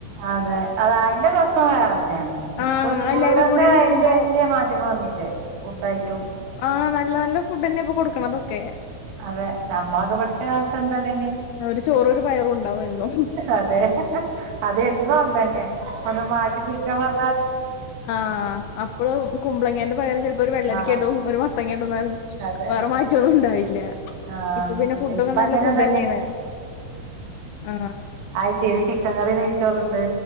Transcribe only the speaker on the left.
ആഹ്
എല്ലാരും കൂടി
നിക്കുമ്പോ
ആ നല്ല നല്ല ഫുഡന്നെ ഇപ്പൊ കൊടുക്ക്ണതൊക്കെ
ഒരു ചോറും ഒരു പയറും ഉണ്ടാവും എന്നും
ആ അപ്പളും കുമ്പളങ്ങ്യന്റെ പയറ് ചെൽ ഒരു വെള്ളരിക്യ
ഇടും ഒരു മത്തങ്ങ്യ ഇടും ന്നാലും
വേറ മാറ്റന്നും ഉണ്ടാവില്ല
ഇപ്പൊ പിന്നെ ഫുഡൊക്കെ
നല്ല
ഫുഡന്നെണ് ആ